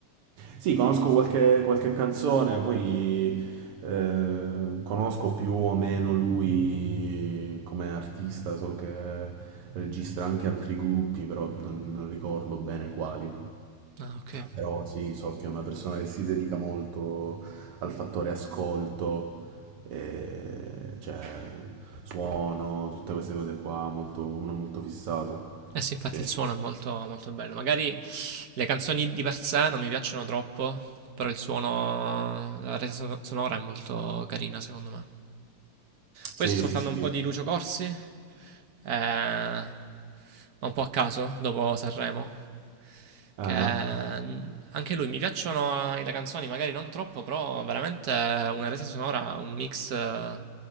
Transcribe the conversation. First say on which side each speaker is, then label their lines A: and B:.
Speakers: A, on the right; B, on the right.
A: Sì, conosco qualche, qualche canzone, poi eh, conosco più o meno lui come artista, so che registra anche altri gruppi, però non, non ricordo bene quali.
B: Ah, ok.
A: Però sì, so che è una persona che si dedica molto al fattore ascolto, eh, cioè suono, tutte queste cose qua, molto- uno molto fissato.
B: Eh sì, infatti
A: Sì,
B: il suono è molto, molto bello. Magari le canzoni di per sé non mi piacciono troppo, però il suono, la resa so- sonora è molto carina secondo me.
A: sì,
B: Poi sto ascoltando
A: sì, sì.
B: un po' di Lucio Corsi, eh, ma un po' a caso, dopo Sanremo.
A: Ah,
B: che mm, anche lui mi piacciono le canzoni, magari non troppo, però veramente una resa sonora, un mix eh,